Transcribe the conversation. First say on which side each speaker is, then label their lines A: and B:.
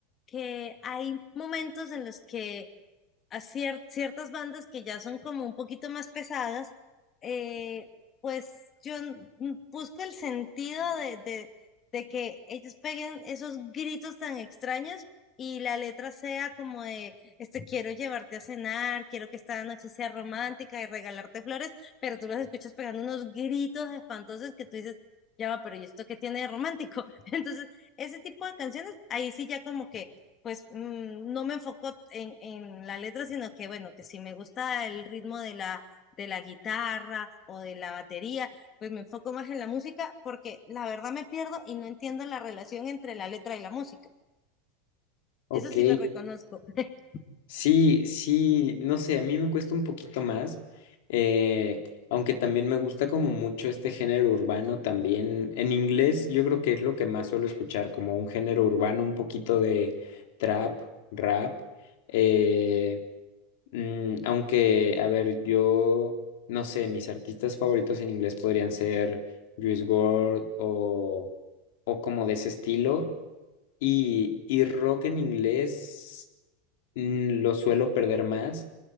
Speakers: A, on the left; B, on the left.
A: que hay momentos en los que a cier- ciertas bandas que ya son como un poquito más pesadas, eh, pues yo n- n- busco el sentido de, de, de que ellos peguen esos gritos tan extraños y la letra sea como de, este, quiero llevarte a cenar, quiero que esta noche sea romántica y regalarte flores, pero tú los escuchas pegando unos gritos espantosos que tú dices, ya va, pero ¿y esto qué tiene de romántico? <laughs> Entonces, ese tipo de canciones, ahí sí ya como que pues mm, no me enfoco en, en la letra, sino que bueno, que si me gusta el ritmo de la, de la guitarra o de la batería, pues me enfoco más en la música porque la verdad me pierdo y no entiendo la relación entre la letra y la música.
B: Ok,
A: Eso sí lo reconozco. <laughs>
B: Sí, sí, no sé, a mí me cuesta un poquito más, eh, aunque también me gusta como mucho este género urbano también. En inglés yo creo que es lo que más suelo escuchar, como un género urbano, un poquito de trap, rap. eh, mm, aunque, a ver, yo no sé, mis artistas favoritos en inglés podrían ser Juice WRLD o, o como de ese estilo. Y, y rock en inglés mm, lo suelo perder más,